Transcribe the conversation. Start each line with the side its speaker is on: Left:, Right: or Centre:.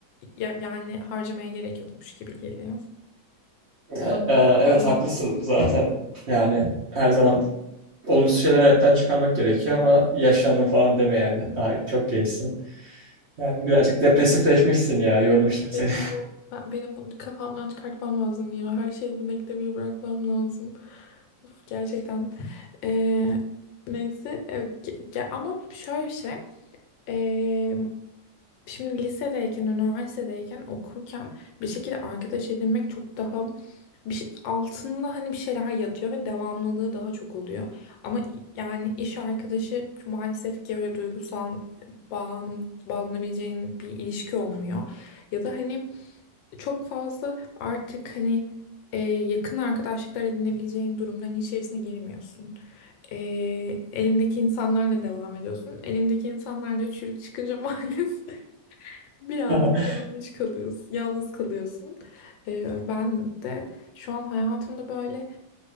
Left: ya- yani harcamaya gerek yokmuş gibi geliyor.
Right: Ee,
Left: Ona katılıyorum.
Right: e, evet, haklısın zaten. Yani her zaman olumsuz şeyler hayattan çıkarmak gerekiyor ama yaşlandın falan deme yani. Daha çok gençsin. Yani birazcık depresifleşmişsin ya,
Left: Benim,
Right: yormuşlar seni.
Left: benim bunu ben- benim bunu kafamdan çıkartmam lazım ya. Her şeyi bunu eklemeyi bırakmam lazım. Uf, gerçekten. Ee, neyse e, ge- ge- ama şöyle bir şey. Ee, şimdi lisedeyken, üniversitedeyken, okurken bir şekilde arkadaş edinmek çok daha bir şey- altında hani bir şeyler yatıyor ve devamlılığı daha çok oluyor. Ama yani iş arkadaşı maalesef ki öyle duygusal bağlan, bağlanabileceğin bir ilişki olmuyor. Ya da hani çok fazla artık hani e, yakın arkadaşlıklar edinebileceğin durumların içerisine girmiyorsun. E, elindeki insanlarla devam ediyorsun. Elindeki insanlarla çürük çıkınca <laughs> maalesef birazcık
Right: <laughs>
Left: yanlış kalıyorsun. Yalnız kalıyorsun. E, ben de şu an hayatımda böyle